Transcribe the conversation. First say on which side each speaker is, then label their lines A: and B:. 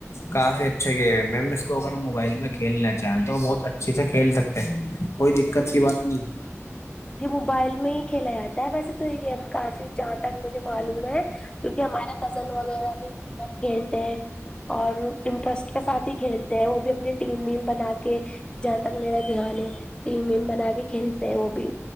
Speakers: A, on the left (about 65°); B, on the left (about 20°).
A: کافی اچھا گیم ہے میم اس کو اگر موبائل میں کھیلنا چاہیں تو وہ بہت اچھے سے کھیل سکتے کوئی دقت کی بات نہیں ہے
B: یہ موبائل میں ہی کھیلا جاتا ہے ویسے تو یہ گیم کافی جہاں تک مجھے معلوم ہے کیونکہ ہمارا کزن وغیرہ بھی گیم کھیلتے ہیں اور انٹرسٹ کے ساتھ ہی کھیلتے ہیں وہ بھی اپنی ٹیم و بنا کے جہاں تک میرا دوانی ٹیم ویم بنا کے کھیلتے ہیں وہ بھی